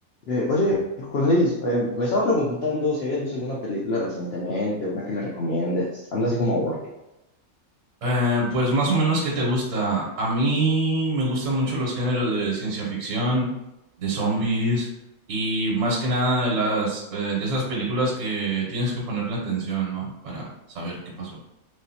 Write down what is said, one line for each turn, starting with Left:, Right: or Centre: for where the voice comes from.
Left: Eh, oye, Juan Luis, eh, me estaba preguntando si habías visto alguna película recientemente, una que me recomiendes. Ando así como aburrido.
Right: Eh, pues más o menos, ¿qué te gusta? A mí me gustan mucho los géneros de ciencia ficción, de zombies y más que nada de las eh, de esas películas que tienes que ponerle atención, ¿no? Para saber qué pasó.